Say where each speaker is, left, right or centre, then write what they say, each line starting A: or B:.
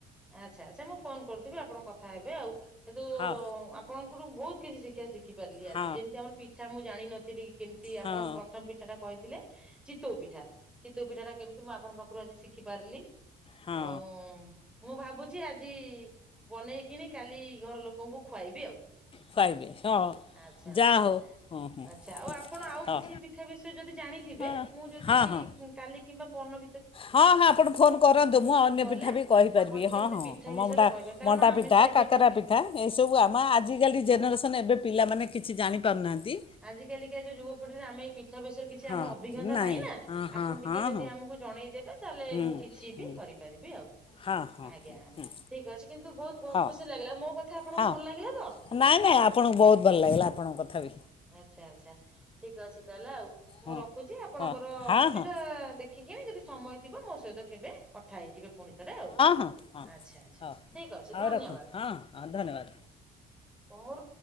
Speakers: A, in the centre; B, on the left.
A: ଆଚ୍ଛା ଆଛା ମୁଁ ଫୋନ କରୁଥିବି ଆପଣଙ୍କ କଥା ହେବେ ଆଉ। କିନ୍ତୁ
B: ହଁ
A: ଆପଣଙ୍କଠୁ ବହୁତ୍ କିଛି ଶିକ୍ଷା ଶିକ୍ ଖିପାରିଲି ଆଜି
B: ହଁ
A: ଯେମିତି ଆମର ପିଠା ମୁଁ ଜାଣିିନଥିଲି କେମିତି ଆପଣ
B: ହଁ ହଁ
A: ପ୍ରଥମ ପିଠା ଟା କହିଥିଲେ। ଚିତଉ ପିଠା ଚିତଉ ପିଠା ଟା କେମିତି ମୁଁ ଆପଣଙ୍କ କରି ଶିଖି ପାରିଲି
B: ହଁ
A: ଆଉ ମୁଁ ଭାବୁଛି ଆଜି ବନେଇକିନି କାଲି ଘର ଲୋକଙ୍କୁ ଖୁଆଇବି ଆଉ।
B: ଖୁଆଇବେ ହଁ
A: ଆଛା
B: ଯାହା
A: ଆଛା
B: ହଉ ହଁ
A: ଆଚ୍ଛା ଆଉ ଆପଣ
B: ହଁ
A: ଆଉ କିଛି ପି ଠା ବିଷୟରେ ଯଦି ଜାଣିଥିବେ
B: ହଁ
A: ମୁଁ ଯଦି
B: ହଁ ହଁ
A: କାଲି କିମ୍ବା ପନ
B: ହଁ ହଁ ଆପଣ ଫୋନ କରନ୍ତୁ ମୁଁ ଅନ୍ୟ
A: କଲେ
B: ପିଠା ବି କହିପାରିବି
A: ଆପଣ ଟିକେ
B: ହଁ
A: ମତେ
B: ହଁ
A: ପିଠା ବିଷୟରେ
B: ମମ୍ ଟା
A: କହିବେ କାରଣ
B: ମଣ୍ଡାପିଠା
A: ଆମେ ତ ଏବେକା
B: କାକରା
A: ପି
B: ପିଠା ଏସବୁ ଆମ ଆଜିକାଲି ଜେନେରେସନ୍ ଏବେ ପିଲାମାନେ କିଛି ଜାଣି ପାରୁନାହାଁନ୍ତି।
A: ଆଜିିକାଲିକା ଯୋଉ ଯୁବପିଢିରେ ଆମେଇ ପିଠା ବିଷୟରେ କିଛି
B: ହଁ
A: ଆମର ଅଭିଜ୍ଞତା
B: ନାଇଁ
A: ନାହିଁ ନା
B: ହଁ
A: ଆପଣ ଟିକେ
B: ହଁ
A: ଯଦି
B: ହଁ ହଁ
A: ଆମକୁ ଜଣେଇଦବେ ତାହେଲେ
B: ହୁଁ
A: ମୁଁ କିଛି
B: ହୁଁ
A: ବି କରିପାରିବି ଆଉ।
B: ହଁ ହଁ
A: ଆଜ୍ଞା
B: ହୁଁ ହୁଁ
A: ଠିକ୍ ଅଛି କିନ୍ତୁ ବହୁତ୍ ବହୁ
B: ହଁ ହଁ
A: ଖୁସି ଲାଗିଲା ମୋ କଥା ଆପଣଙ୍କୁ
B: ହଁ
A: ଭଲ ଲାଗିଲା ତ।
B: ନାଇଁ ନାଇଁ ଆପଣଙ୍କୁ ବହୁତ ଭଲ ଲାଗିଲା ଆପଣଙ୍କ କଥା ବି
A: ଆଚ୍ଛା ଆଚ୍ଛା ଠିକ୍ ଅଛି ତାହେଲେ ଆଉ। ମୁଁ
B: ହଁ
A: ରଖୁଛି ଆପଣଙ୍କର
B: ହଁ ହଁ
A: ସୁବିଧା
B: ହଁ ହଁ
A: ଦେଖ ଦେଖିବେ ଯଦି ସମୟ ଥିବ ମୋ ସହିତ କେବେ କଥା ହେଇଯିବେ ପୁଣି ଥରେ ଆଉ
B: ହଁ ହଁ
A: ଆଚ୍ଛା ଆଚ୍ଛା।
B: ହଉ
A: ଠିକ ଅଛି
B: ହଉ
A: ଧନ୍ୟବାଦ
B: ରଖନ୍ତୁ ହଁ
A: ତମର
B: ହଁ ଧନ୍ୟବାଦ